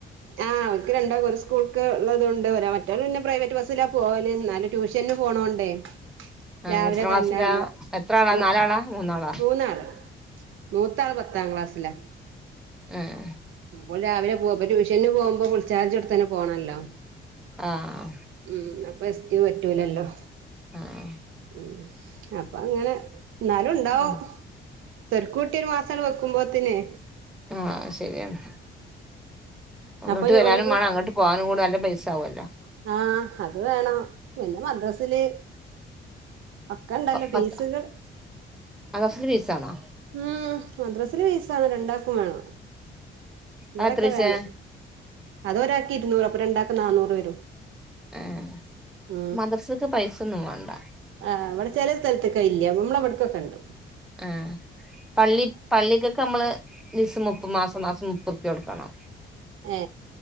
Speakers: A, on the right; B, in the centre.
A: ആഹ അവക്ക് രണ്ടാ ഒരു സ്കൂൾക്ക ഉള്ളതുകൊണ്ട് മറ്റ് പിന്നെ പ്രൈവറ്റ് ബസ്സിലാ പോവല് എന്നാല ട്യൂഷന് പോണോണ്ടേ
B: ആഹ്
A: രാവിലെ
B: എത്ര ക്ലാസ്സിലാ
A: തന്നെ നമ്മള്
B: എത്ര ആളാ
A: ഓ
B: നാലാളാ മൂന്നാളാ
A: മൂന്നാള് മൂത്താള് പത്താം ക്ലാസ്സിലാ
B: ഉം
A: അപ്പോൾ രാവിലെ പോവപ്പോ ട്യൂഷന് പോകുമ്പോൾ വിളിച്ചാർജ് അടുത്ത തന്ന പോണമല്ലോ
B: ആഹ
A: ഉം അപ്പൊ എസ്റ്റ പറ്റൂലല്ലോ
B: ആഹ
A: ഉ അപ്പൊ അങ്ങനെ എന്നാലും ഉണ്ടാവും
B: ഉം
A: ചെരുക്കൂട്ടി ഒരു മാസ നക്കുമ്പോത്തിനെ
B: ആഹ ശരിയാണ് അങ്ങോട്ട്
A: അപ്പൊ ഈ
B: വരാനും
A: ഒഴിവ്
B: മേ അങ്ങോട്ട് പോകാനും കൂട നല്ല പൈസ ആകുമല്ലോ
A: ആഹ അത് വേണം പിന്നെ മദ്രസില് അക്ക ഇണ്ടല്ലോ ഫീസുകൾ
B: പത്ത് മദ്രസിന്റെ ഫീസാണോ
A: ഉം മദ്രാസില് പെയസാണ് രണ്ടാാക്കും വേണം ഇവിടൊക്കെ
B: അത് എത്രേച്ചാ
A: വേണം അതൊരാക്കി ഇരുന്നൂറ അപ്പ രണ്ടാക്ക നന്നൂറ് വരും
B: ആഹ്
A: ഉ
B: മദ്രസക്ക് പൈസൊന്നും വേണ്ട
A: ആഹ അവിടെ ചില സ്ഥലത്തൊക്കെ ഇല്ല നമ്മള അവിടക്കൊ കണ്ടു
B: ആഹ് പള്ളി പള്ളിക്കൊക്കെ നമ്മള് ദിവസം മുപ്പ മാസം മാസം മുപ്പറുപ്പ്യ കൊടുക്കണം
A: ഏ